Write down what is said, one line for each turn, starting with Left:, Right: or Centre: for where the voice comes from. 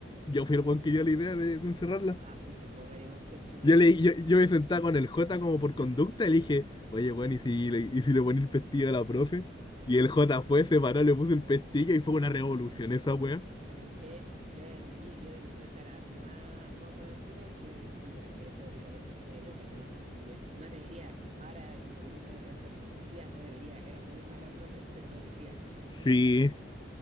Left: Yo fui el weón que dio la idea de, de encerrarla.
Right: Ah, fuiste vos, maricón, conchetumare.
Left: Yo, le, yo, yo me sentaba con el J como por conducta y le dije, oye, bueno, ¿y si le, y si le ponía el pestillo a la profe? Y el
Right: Oh.
Left: J fue, se paró, le puso el pestillo y fue una revolución esa wea.
Right: O sea, es que yo he de admitir, yo de pendejo era harto más, más hueoncito y creo que fui yo el que le fui a abrir la puerta, es que me dio pena la profe culia. No debería. Ahora, como teniendo en retrospectiva, no debería. Era muy mala profe, se lo merecía.
Left: Sí,